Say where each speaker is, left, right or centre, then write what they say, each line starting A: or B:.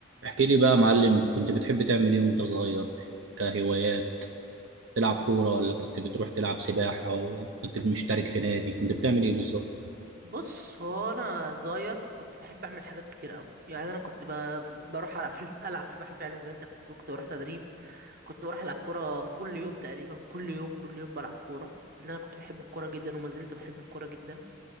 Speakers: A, on the right (about 80°); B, on the right (about 50°).
A: احكي لي بقى يا معلم كنت بتحب تعمل ايه وانت صغير كهوايات تلعب كورة ولا كنت بتروح تلعب سباحة ولا كنت مشترك في نادي كنت بتعمل ايه بالظبط
B: بص هو انا صغير كنت بحب اعمل حاجات كتير قوي يعني انا كنت ب... بروح العب <laughs> العب سباحه فعلا زي انت كنت بتقول كنت بروح تدريب كنت بروح العب كوره كل يوم تقريبا كل يوم كل يوم بلعب كوره لان انا كنت بحب الكوره جدا وما زلت بحب الكوره جدا